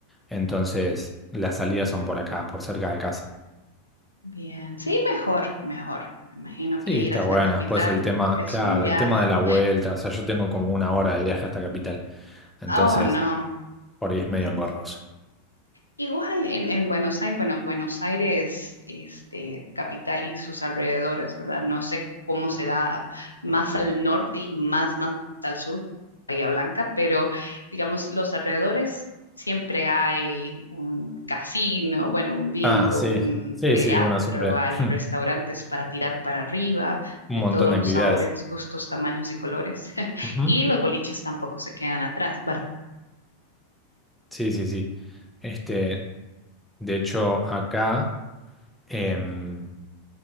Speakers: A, in the centre; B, on the left.
A: entonces las salidas son por acá, por cerca de casa.
B: bien. Sí, mejor, mejor. Me imagino
A: Sí,
B: que ir
A: está
B: hasta
A: buena.
B: capital
A: Después el tema,
B: es
A: claro,
B: un viaje.
A: el tema de la vuelta, o sea, yo tengo como una hora de viaje hasta Capital, entonces
B: Oh, no.
A: por ahí es medio
B: <laughs>
A: engorroso.
B: Igual en, en Buenos Aires, bueno, Buenos Aires, este, capital y sus alrededores, ¿verdad? No sé cómo será más al norte y más, más al sur, Bahía Blanca, pero digamos, los alrededores siempre hay un casino, bueno, un bingo,
A: Ah, sí,
B: un
A: sí,
B: teatro,
A: sí, bueno, siempre
B: hay
A: <laughs>
B: restaurantes para tirar para arriba,
A: un
B: de
A: montón
B: todos
A: de
B: los
A: actividades.
B: sabores, gustos, tamaños y colores. <laughs>
A: Ujú.
B: Y los boliches tampoco se quedan atrás.
A: Sí, sí, sí. Este, de hecho, acá, em,